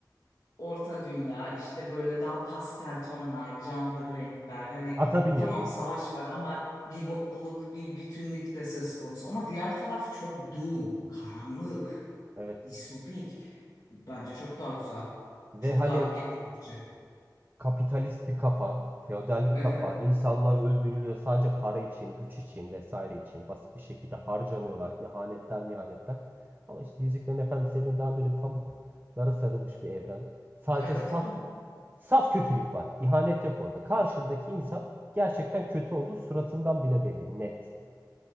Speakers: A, on the left (about 55°); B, on the right (about 25°).
A: orta dünya işte böyle daha pastel tonlar, canlı renkler. Hani
B: Ata biniyoruz.
A: tamam savaş var ama bir mutluluk, bir bütünlük de söz konusu. Ama diğer taraf çok doom, karanlık,
B: Evet.
A: distopik. Bence çok daha güzel.
B: Ve
A: Çok
B: hani
A: daha gerçekçi.
B: kapitalist bir kafa, feodal bir
A: Evet.
B: kafa. insanlar öldürülüyor sadece para için, güç için vesaire için. Basit bir şekilde harcanıyorlar. İhanetler, mihanetler. Ama işte Yüzüklerin Efendisi evreni daha böyle pamuklara sarılmış bir evren. Sadece
A: Evet
B: saf
A: o
B: saf kötülük var. İhanet yok orada. Karşındaki insan gerçekten kötü olduğu suratından bile belli. Net.